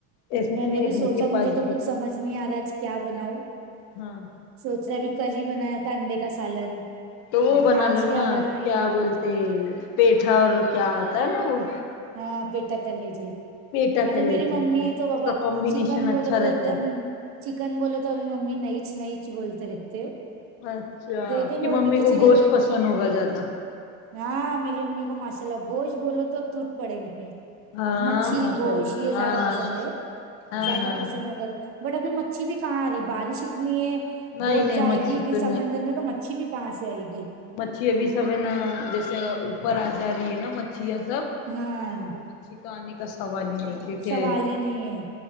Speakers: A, on the left; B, on the right.
A: ایسے
B: میں
A: تو میرے
B: نے بھی سوچا
A: گھر کے پاس
B: مجھے تو
A: بھی
B: کچھ سمجھ نہیں آ رہا ہے آج کیا بناؤ
A: ہاں
B: سوچ رہے ابھی کل ہی بنایا تھا انڈے کا سالن
A: تو وہ
B: اب
A: بنا
B: آج
A: لو نا
B: کیا بنا یہ
A: کیا
B: نہیں
A: بولتے پیٹھا اور کیا ہوتا ہے نا وہ
B: ہاں پیٹ کلے جی
A: پیٹا
B: ارے
A: کر لیتی
B: میری ممی
A: ہیں اس
B: تو بابا
A: کا کمبینیشن
B: چکن
A: اچھا
B: بولو تو
A: رہتا
B: ایک دم چکن بولے تو ابھی مممی نہیںچ نہیںچ بولتے رہتے
A: اچھا
B: دیکھیں
A: آپ کی
B: گے وہ
A: ممی
B: بھی کھچڑی
A: کو گوشت پسند ہوگا زیادہ
B: ہاں میری امی کو ماشاء اللہ گوشت بولو تو ٹوٹ پڑیں گے
A: ہاں
B: مچھی
A: ماشاء
B: گوشت
A: اللہ
B: یہ
A: ہاں
B: زیادہ پسند ہے
A: ہاں
B: زیادہ
A: ہاں
B: پسند ہو کر بٹ ابھی مچھی بھی کہاں آ رہی ہے بارش اتنی ہے
A: نہیں
B: بوٹ
A: نہیں
B: جائے
A: مچھی
B: گی اتنی
A: تو
B: سمندر میں تو مچھھی بھی کہاں سے آئے گی
A: مچھھی ا بھیھی سب ہے نا جیسے اوپر آ جا رہی ہے نا مچھیاں سب
B: ہاں
A: مچھی تو آنے کا سوال ہی نہیں کیونکہ
B: سوال ہی نہیں ہے